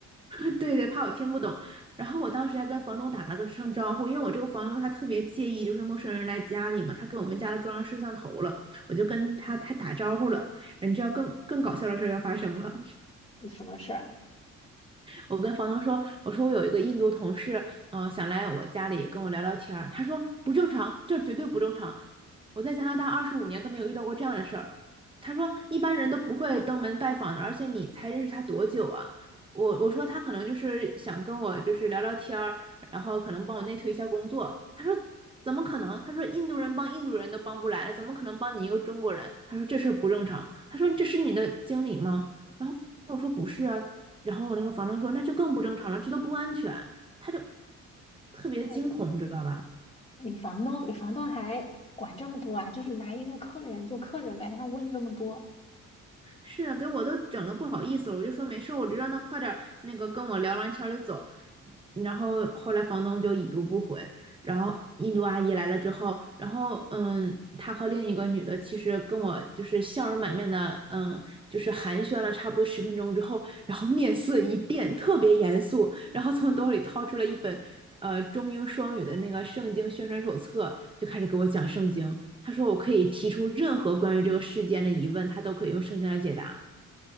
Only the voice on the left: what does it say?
嗯什么事儿？
呃，
你房东，你房东还管这么多啊？就是拿一个客人就客人呗，他问这么多。